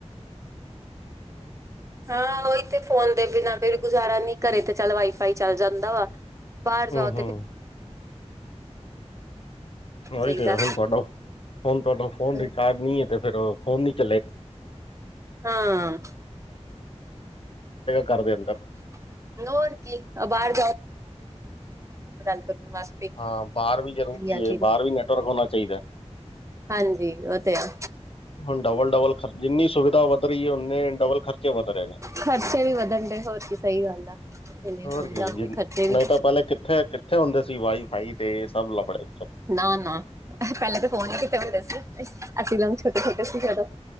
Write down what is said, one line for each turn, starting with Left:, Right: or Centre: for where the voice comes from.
Right: ਹਾਂ ਉਹੀ ਤੇ ਫੋਨ ਦੇ ਬਿਨਾਂ ਕੋਈ ਗੁਜ਼ਾਰਾ ਨਹੀਂ ਘਰੇ ਤੇ ਚੱਲ ਵਾਈਫਾਈ ਚੱਲ ਜਾਂਦਾ ਵਾ <inaudible> ਬਾਹਰ ਜਾਓ।
Left: ਹੂੰ ਹੂੰ <unintelligible>
Right: ਚਾਹੀਦਾ ਹਾਂ
Left: ਚਲੇਗਾ
Right: ਹਾਂ
Left: ਘਰਦੇ ਅੰਦਰ
Right: <unintelligible> ਦਾਲ ਕਰ ਵਸ
Left: ਹਾਂ ਬਾਹਰ ਵੀ ਜ਼ਰੂਰੀ
Right: ਆਖਿਰ
Left: ਹੈ ਬਾਹਰ ਵੀ ਨੈਟਵਰਕ ਹੋਣਾ ਚਾਹੀਦਾ।
Right: ਹਾਂਜੀ ਉਹ ਤੇ ਆ
Left: ਹੁਣ ਡਬਲ ਡਬਲ ਜਿੰਨੀ ਸੁਵਿਧਾ ਵਧ ਰਹੀ ਹੈ ਓਨੇ ਡਬਲ ਖਰਚੇ ਵਧ ਰਹੇ ਨੇ
Right: ਖਰਚੇ ਵੀ ਵਧਣ ਡ ਹੋਰ ਕੀ ਸਹੀ ਗੱਲ ਆ ਇੰਨੇ
Left: ਹੋਰ
Right: ਸੁਵਿਧਾ
Left: ਕੀ
Right: ਹੁੰਦੇ
Left: ਜ
Right: ਖਰਚੇ ਵੀ
Left: ਨਹੀਂ ਤਾਂ ਪਹਿਲੇ ਕਿੱਥੇ ਕਿੱਥੇ ਹੁੰਦੇ ਸੀ ਵਾਈ ਫਾਈ ਤੇ ਸਭ ਲੜੇ
Right: ਨਾ ਨਾ ਪਹਿਲੇ ਤਾਂ ਫੋਨ ਹੀ ਕੀਤੇ ਹੁੰਦੇ ਸੀ ਅਸੀਂ ਛੋਟੇ ਛੋਟੇ ਸੀ ਜਦੋਂ